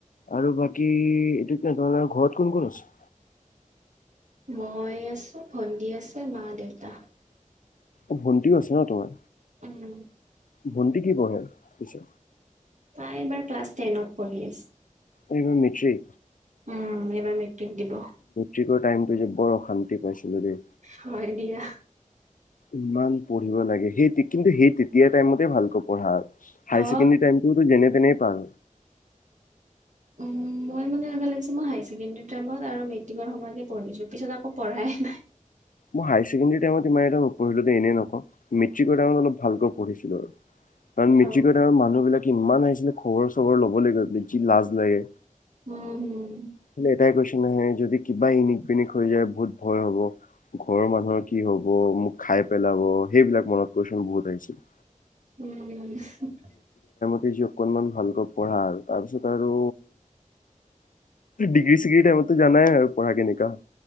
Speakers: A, on the left; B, on the right.
A: আৰু বাকী এইটো কি তাৰ ঘৰত কোন কোন আছে?
B: মই আছো ভণ্টী আছে মা, দেউতা।
A: অঁ' ভণ্টিও আছে ন তোমাৰ?
B: উম'
A: ভণ্টি কি পঢ়ে পিছে।
B: তই এবাৰ ক্লাছ টেনত পঢ়ি আছো।
A: এইব মিচেই।
B: উম এইবাৰ মেট্ৰিক দিব।
A: টাইম যে বৰ অশান্তি পাইছিলো দেই
B: হয় দিয়া
A: ইমান। পঢ়িব লাগে সেই কিন্তু সেই তেতিয়া টাইমতে ভালক পঢ়া। হাই
B: অ
A: চেকেণ্ডেৰী টাইমটো যেনে তেনে পাল।
B: উম মই মানে হ'ব লাগিছে মই হায় ছেকেণ্ডেৰী। টাইমত আৰু মেট্ৰিকৰ সময়তে পঢ়িছো পিছত আকৌ পঢ়াই নাই।
A: মই হায়াৰ ছেকেণ্ডৰী টাইমত ইমান এটা নপঢ়িলোঁ এনেই নক মেট্ৰিক টাইমত অলপ ভালকৈ পঢ়িছিলো, আৰু কাৰণ মেট্ৰিকৰ
B: অ
A: টাইমত মানুহ বিলাক ইমান আহিছিলে খবৰ চবৰ ল'বলৈ গ'লে যি লাজ লাগে।
B: উম হম
A: খালি এটাই কোৱেচন আহে যদি কিবা ইনিক পনিক হৈ যায় বহুত ভয় হ'ব। ঘৰৰ মানুহৰ কি হব মোক খাই পেলাব সেইবিলাক মনত কৈচোন বহুত আহিছিল।
B: উম
A: সেই যি অকনমান ভালকৈ পঢ়া আৰু তাৰ পিছত আৰু ডিগ্ৰী চিগ্ৰী টাইমততো জাই আৰু পঢ়া কানেকা হয়